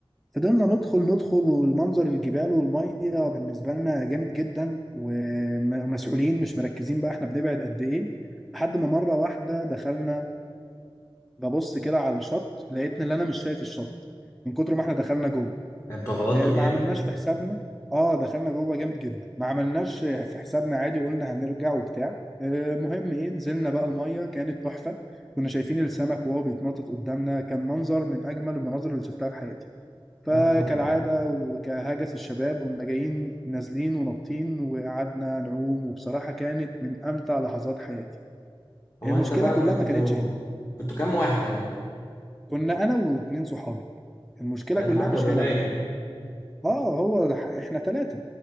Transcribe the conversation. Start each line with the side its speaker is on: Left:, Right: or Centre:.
Centre: فضلنا ندخل ندخل والمنظر الجبال والمية بالنسبة لنا جامد جدا ومسؤولين مش مركزين بقى احنا بنبعد قد ايه لحد ما مرة واحدة دخلنا ببص كده على الشط لقيت ان انا مش شايف الشط من كتر ما احنا دخلنا جوه
Left: انت غلطته
Centre: آه، ما
Left: جامد
Centre: عملناش في حسابنا اه دخلنا جوه جامد جدا ما عملناش آه، في حسابنا عادي قلنا هنرجع وبتاع آه، مهم ايه نزلنا بقى الميه كانت تحفه كنا شايفين السمك وهو بيتنطط قدامنا كان منظر من اجمل المناظر اللي شفتها في حياتي فكالعاده
Left: لا طبعا
Centre: وكهجس الشباب قمنا جايين نازلين ونطين وقعدنا نعوم وبصراحه كانت من امتع لحظات حياتي
Left: هو
Centre: المشكله
Left: انت بقى
Centre: كلها
Left: كنت
Centre: ما كانتش هنا
Left: كنت كام واحد هناك؟
Centre: كنا انا واتنين صحابي المشكله
Left: ده
Centre: كلها
Left: عدد
Centre: مش
Left: قليل
Centre: هنا بقى
Left: يعني
Centre: اه هو ح- احنا ثلاثه